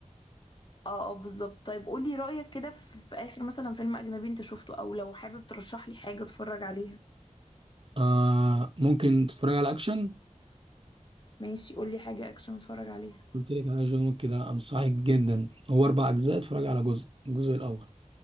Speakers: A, on the left; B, on the right.
A: اه اه بالظبط طيب قولي رايك كده في... في اخر مثلا فيلم اجنبي انت شفته او لو حابب ترشح لي حاجه اتفرج عليها
B: آه ممكن تتفرج على اكشن
A: ماشي قولي حاجه اكشن اتفرج عليها
B: قلت لك على جون ويك كده انصحك جدا هو اربع اجزاء اتفرج على جزء الجزء الاول